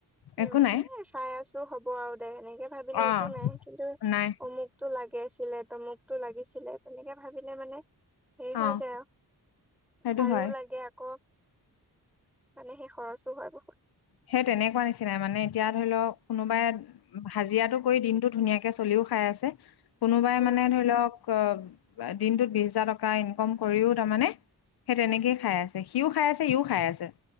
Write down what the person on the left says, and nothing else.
একো নাই।
অ'
নাই।
অ'
সেইটো
হয়
সেই তেনেকুৱা নিচিনাই মানে এতিয়া ধৰি লওক কোনোবাই ভাজিৰাটো কৰি দিনটো ধুনীয়াকে চলিও খাই আছে কোনোবাই
মানে ধৰি লওক অ দিনটোত বিশ হাজাৰ টকা ইনকম কৰিও তাৰ মানে সেই তেনেকেই খাই আছে সিও খাই আছে সিও খাই আছে